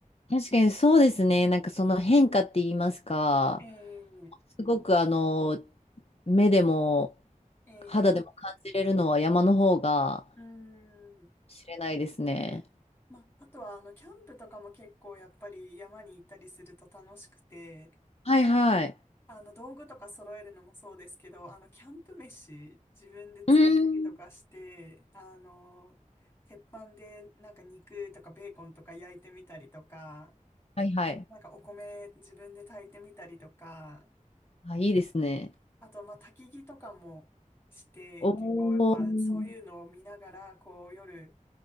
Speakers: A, on the left; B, on the left.
A: 確かにそうですね。なんかその変化って言いますか。
B: ええ
A: すごくあの、目でも
B: ええ
A: 肌でも感じれるのは山の方が
B: うーん。
A: 知れないですね。
B: まあ、あとはあのキャンプとかも結構やっぱり山に行ったりすると楽しくて、
A: はいはい。
B: あの、道具とか揃えるのもそうですけど、あの、キャンプ飯、自分で作ったりとかして、
A: うーん。
B: あの、鉄板でなんか肉とかベーコンとか焼いてみたりとか、
A: はいはい。
B: なんかお米自分で炊いてみたりとか、
A: あ、いいですね。
B: あと、まあ、焚き火とかもして、
A: おー。
B: 結構やっぱそういうのを見ながら、こう夜、